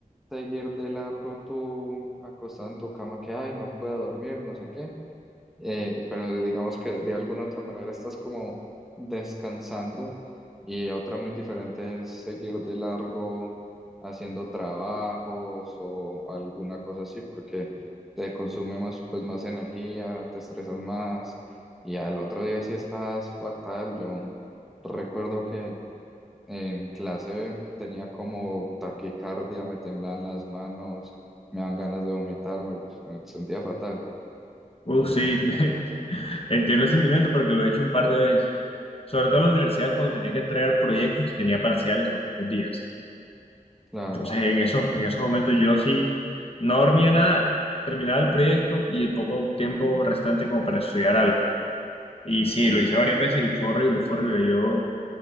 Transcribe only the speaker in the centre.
seguir de largo tú acostado en tu cama que, ay, no puedo dormir, no sé qué eh, pero digamos que de alguna otra manera estás como descansando y otra muy diferente es seguir de largo haciendo trabajos o alguna cosa así porque te consume más, pues, más energía, te estresas más y al otro día sí estás fatal. Yo recuerdo que en clase tenía como taquicardia, me temblaban las manos, me dan ganas de vomitar, me me sentía fatal.
Claro,
sí.